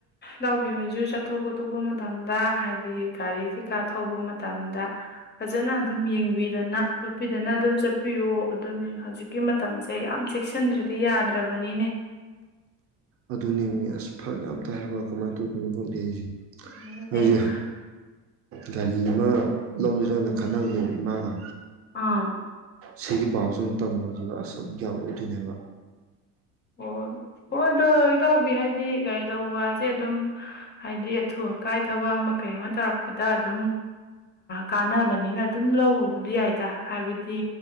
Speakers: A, on the left; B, on the right.
A: ꯂꯧꯕꯕꯤꯍꯣꯏꯁꯨ ꯆꯠꯊꯣꯛ ꯈꯣꯠꯇꯣꯛꯄ ꯃꯇꯝꯗ ꯍꯥꯏꯗꯤ ꯒꯥꯔꯤ ꯀꯩ ꯀꯥ ꯊꯧꯕ ꯃꯇꯝꯗ ꯐꯖꯅ ꯑꯗꯨꯝ ꯌꯦꯡꯕꯤꯗꯅ ꯈꯣꯠꯄꯤꯗꯅ ꯑꯗꯨꯝ ꯆꯠꯄꯤꯌꯣ ꯑꯗꯨꯅꯤ ꯍꯧꯖꯤꯛꯀꯤ ꯃꯇꯝꯁꯤꯦ ꯁꯤꯦ ꯌꯥꯝ ꯆꯦꯛꯁꯤꯟꯗ꯭ꯔꯗꯤ ꯌꯥꯗ꯭ꯔꯕꯅꯤꯅꯦ
B: ꯑꯗꯨꯅꯦ ꯃꯤ ꯑꯁ ꯐꯔꯛ ꯌꯥꯝ ꯇꯥꯏ ꯍꯥꯏꯔꯕ ꯀꯃꯥꯏꯅ ꯇꯧꯗꯣꯏꯅꯣ ꯈꯪꯗꯦ ꯑꯩꯁꯦ
A: ꯎ
B: ꯑꯩꯁꯦ ꯒꯥꯔꯤ ꯑꯃ ꯂꯧꯗ꯭ꯔꯅ ꯈꯟꯅꯕꯅꯦꯕ ꯏꯃꯥꯒ
A: ꯑꯥ
B: ꯁꯤꯒꯤ ꯄꯥꯎꯁꯤ ꯑꯃꯨꯛ ꯇꯝꯃꯨꯔꯁꯤꯕ ꯑꯁ ꯑꯃꯨꯛ ꯌꯥꯔꯛꯑꯣꯏꯗꯣꯏꯅꯦꯕ
A: ꯑꯣ ꯍꯣꯏ ꯑꯗꯣ ꯏꯇꯥꯎꯕꯤ ꯍꯥꯏꯗꯤ ꯒꯥꯔꯤ ꯂꯧꯕꯁꯦ ꯑꯗꯨꯝ ꯍꯥꯏꯗꯤ ꯑꯊꯨ ꯑꯀꯥꯏ ꯊꯕꯛ ꯑꯃ ꯀꯩ ꯑꯃ ꯇꯧꯔꯛꯄꯗ ꯑꯗꯨꯝ ꯀꯥꯟꯅꯕꯅꯤꯅ ꯑꯗꯨꯝ ꯂꯧꯎ ꯌꯥꯏꯗ ꯍꯥꯏꯕꯗꯤ